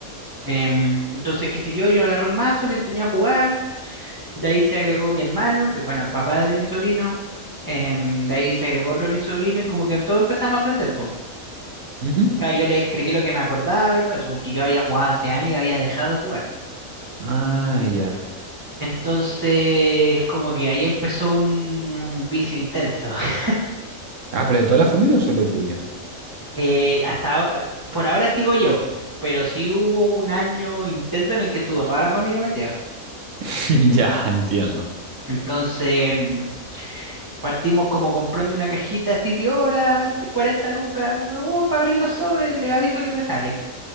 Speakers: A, on the right; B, on the right.
A: Em, entonces, qué sé yo, yo agarré un mazo, le enseñé a jugar, de ahí se agregó mi hermano, que bueno, el papá de mi sobrino, em, de ahí se agregó otro de mi sobrino, y como que todos empezamos a aprender, pues. O
B: Ujú,
A: sea, yo le expliqué lo que me acordaba y todo eso, porque yo había jugado hace años y había dejado de jugar.
B: Ah, ya.
A: Entonces, como que ahí empezó un, un vicio intenso. <laughs>
B: Ah, pero de toda la familia o solo tuya.
A: Eh, hasta ahora- por ahora sigo yo, pero sí hubo un año intenso en el que estuvo toda la familia metida.
B: <laughs> Ya, entiendo.
A: Entonces, mm, Partimos como comprando una cajita así piola de 40 lucas, uh, para abrir los sobres, les aviso que me sale.